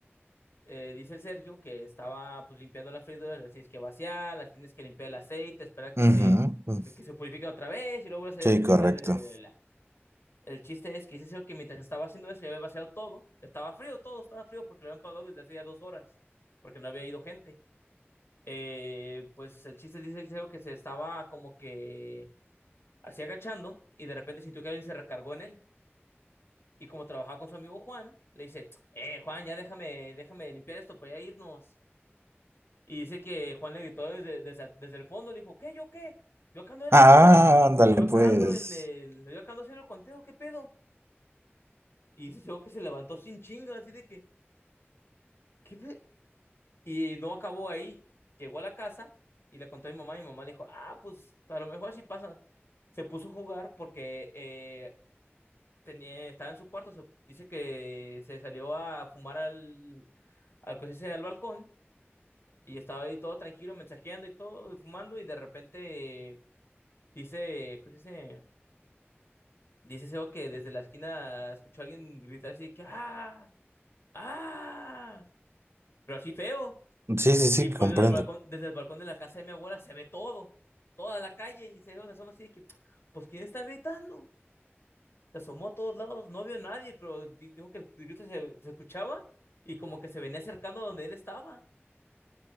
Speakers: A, on the left (about 65°); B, on the right (about 70°).
A: eh, dice el Sergio que estaba pues limpiando las frídoras, las tienes que vaciar, las tienes que limpiar el aceite, esperar que
B: Ujú,
A: se,
B: ujú.
A: que se purifique otra vez y luego hacer
B: Sí,
A: el aceite,
B: correcto.
A: bla, bla, bla, bla, bla. El chiste es que dice Sergio que mientras estaba haciendo eso ya había vaciado todo, estaba frío todo, estaba frío porque lo habían pagado desde hace ya dos horas, porque no había ido gente. Eh, pues el chiste dice Sergio que se estaba como que así agachando y de repente sintió que alguien se recargó en él. Y como trabajaba con su amigo Juan, le dice, eh, Juan, ya déjame, déjame limpiar esto para ya irnos. Y dice que Juan le gritó desde, desde, desde el fondo, le dijo, ¿qué, yo qué? Yo acá ando en,
B: Ah, ándale,
A: yo acá
B: pues.
A: ando en el, yo acá ando haciendo el conteo, ¿qué pedo? Y dice luego que se levantó sin chinga, así de que, ¿qué pe-?". Y no acabó ahí. Llegó a la casa y le contó a mi mamá, y mi mamá le dijo, ah, pues a lo mejor sí pasa. Se puso a jugar porque eh, tenía, estaba en su cuarto, se, dice que se salió a fumar al, al, ¿cómo se dice? al balcón y estaba ahí todo tranquilo, mensajeando y todo, y fumando, y de repente dice, ¿cómo se dice? Dice Seo que desde la esquina escuchó a alguien gritar así que ¡ah! ¡ah! Pero así feo.
B: Sí, sí, sí,
A: Y pues
B: comprendo.
A: desde el balcón, desde el balcón de la casa de mi abuela se ve todo, toda la calle, y Seo se asoma así de que, pues ¿quién está gritando? se asomó a todos lados, no vio a nadie, pero di- dijo que el grito se, se escuchaba y como que se venía acercando a donde él estaba